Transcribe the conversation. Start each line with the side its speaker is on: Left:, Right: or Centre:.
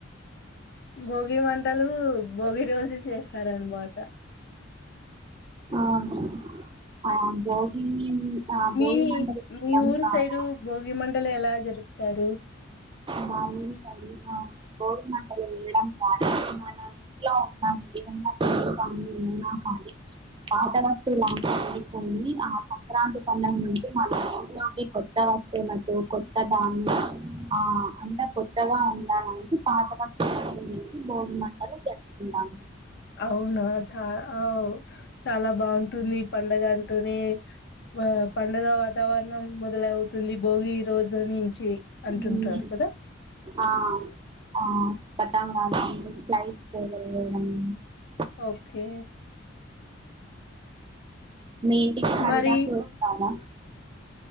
Left: భోగి మంటలు భోగి రోజు చేస్తారనమాట
Right: అవును అ భోగిని ఆ
Left: మీ
Right: భోగి మంటలు వేయడం
Left: మీ ఊరు
Right: ద్వారా
Left: సైడు భోగి మంటలు ఎలా జరుపుతారు
Right: మా ఊరి తలి మా బోగి మంటలు వేయడం గానీ మన ఇంట్లో ఉన్నాం ఏదైనా <unintelligible> ఏమున్నా కానీ పాత వస్తువు <unintelligible> ఆ సంక్రాంతి పండగ నుంచి మన ఇంట్లో ని కొత్త <unintelligible> కొత్తధాన్యా ఆ అంతా కొత్తగా ఉండాలనేసి పాత వస్తువులు వేసి భోగి మంటలు జరుపుకుంటాం
Left: అవునా చా అవ్ చాలా బాగుంటుంది ఈ పండగ అంటూనే ఆ పంండగ వాతావరణం మొదలవుతుం అంది భోగి ఈ రోజు నుంచి అంటుంటారు
Right: హ్మ్
Left: కదా
Right: ఆ ఆ పత్ <unintelligible> ఫ్లయిట్స్ <unintelligible>
Left: ఓకే
Right: మీ ఇంటికి హరిదాస్
Left: మరి
Right: లోస్తారా